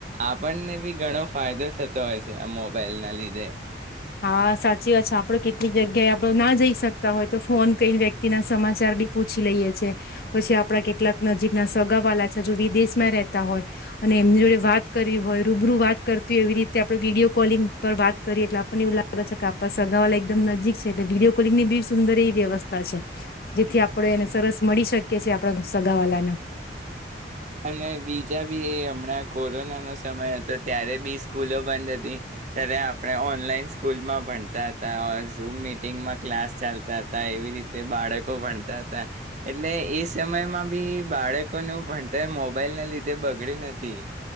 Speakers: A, on the right (about 40°); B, on the left (about 55°).
A: આપણને બી ઘણો ફાયદો થતો હોય છે આ મોબાઈલ ના લીધે
B: હા સાચી વાત છે આપડ કેટલીક જગ્યાએ આપડ ના જઈ શકતા હોય તો ફોન કને વ્યક્તિ ના સમાચાર બી પૂછી લઈએ છે પછી આપડા કેટલાક નજીક ના સગા વાળ છે જો વિદેશમાં રતા હોય અને એમની જોડે વાત કરી હોય રૂબરૂ વાત કરતું હોય એવી રીતે આપડે વિડીયો કોલિંગ પર વાત કરીએ એટલે ને એવું લાગે છે કે આપણા સગા વાલા એકદમ નજીક છે એટલે વિડીયો કોલિંગ ની બી સુંદર એવી વ્યવસ્થા છે જેથી આપણે એને સરસ મળી શકીએ છીએ આપણા સગાવાલાને
A: અને બીજા બી એ હમણાં કોરોના નો સમય હતો ત્યારે બી સ્કૂલો બંધ હતી ત્યારે આપણે ઓનલાઈન સ્કૂલમાં ભણતા હતા ઝૂમ મિટિંગમાં ક્લાસ ચાલતા હતા એવી રીતે બાળકો ભણતા હતા એટલે એ સમયમાં બી બાળકોનું ભણ તે મોબાઈલ ના લીધે બગડ્યું નથી